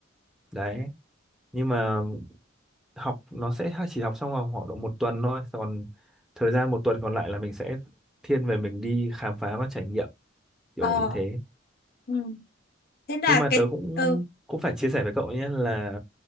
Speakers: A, in the centre; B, on the left.
A: đấy nhưng mà học nó sẽ ha- chỉ học xong vào khoảng độ một tuần thôi còn thời gian một tuần còn lại là mình sẽ thiên về mình đi khám phá và trải nghiệm
B: Ờ,
A: kiểu như thế
B: ừ, thế là
A: nhưng mà
B: cái,
A: tớ cũng
B: ừ,
A: cũng phải chia sẻ với cậu ấy nhé là